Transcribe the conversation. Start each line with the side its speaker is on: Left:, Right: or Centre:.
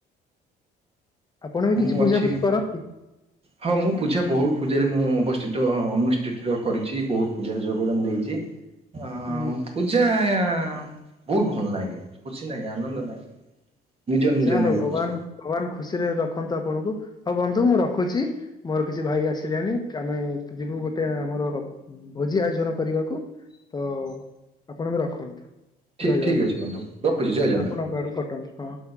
Left: ଆପଣ ବି
Right: ମୁଁ
Left: କିଛି
Right: ଅଛି
Left: ପୂଜା ଫୁଜି କରନ୍ତି
Right: ହଁ ମୁଁ ପୂଜା ବହୁତ ପୂଜାରେ ମୁଁ ଅବସ୍ଥିତ ଅନୁଷ୍ଠିତ କରିଛି ବହୁତ ପୂଜାରେ ଯୋଗଦାନ ଦେଇଛି। ହଁ। ଅ
Left: ହୁଁ
Right: ପୂଜା ଆା ବହୁତ ଭଲ ଲାଗେ ଖୁସି ଲାଗେ ଆନନ୍ଦ
Left: ଓହୋ
Right: ଲାଗେ। ନିଜ ନିଜ
Left: ଯାହା
Right: ଲାଗେ
Left: ହଉ ଭଗବାନ
Right: ପୂଜା
Left: ଭଗବାନ ଖୁସିରେ ରଖନ୍ତୁ ଆପଣଙ୍କୁ ହଉ ବନ୍ଧୁ ମୁଁ ରଖୁଛି। ମୋର କିଛି ଭାଇ ଆସିଲାଣି ଆମେ ଯିବୁ ଗୋଟେ ଆମର ଭୋଜି ଆୟୋଜନ କରିବାକୁ ତ ଆପଣ ବି ରଖ
Right: ଠିକ
Left: ଜଯାଉନା
Right: ଠିକ ଅଛି ବନ୍ଧୁ ରଖୁଛି ଜୟ ଜଗନ୍ନାଥ।
Left: ଆପଣଙ୍କ ଆଡୁ କଟାନ୍ତୁ ହଁ।